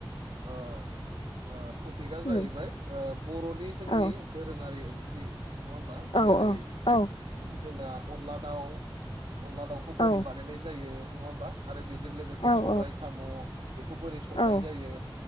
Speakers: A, on the right; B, on the left.
A: ओ ओ टपिकआ जाहैबाय
B: उम
A: ओ बर'नि जोंनि
B: औ
A: दोरोङारि ओंख्रि नङा होमबा
B: औ
A: जेरै
B: औ औ
A: जोंना अनला दाउ अनला दाउखौ बोरै
B: औ
A: बानायनाय जायो नङा होमबा आरो बेजों लोगोसे
B: औ
A: सबाय साम' बेखौ बोरै संनाय
B: औ
A: जायो